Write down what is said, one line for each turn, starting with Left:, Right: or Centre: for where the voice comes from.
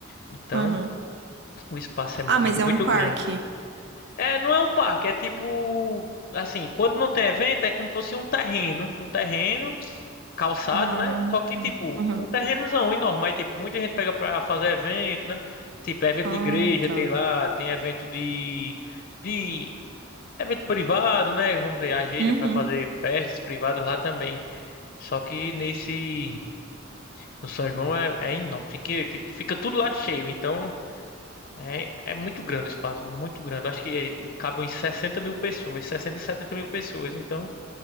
Left: Então,
Right: Aham.
Left: o espaço é muito,
Right: Ah, mas é
Left: muito
Right: um parque.
Left: grande. É, não é um parque, é tipo, assim, quando não tem evento, é como se fosse um terreno, um terreno calçado,
Right: Ah,
Left: né? Só que, tipo,
Right: aham.
Left: um terrenozão enorme, aí, tipo, muita gente pega pra fazer evento, né? Tipo, evento
Right: Ah,
Left: de igreja
Right: tá.
Left: tem lá, tem evento de, de evento privado, né? Vamos dizer, ajeita
Right: Uhum.
Left: pra fazer festas privadas lá também. Só que nesse, no São João é, é enorme, fica, tipo, fica tudo lá cheio, então é, é muito grande o espaço, muito grande. Eu Acho que cabe uns 60 mil pessoas, 60, 70 mil pessoas. Então,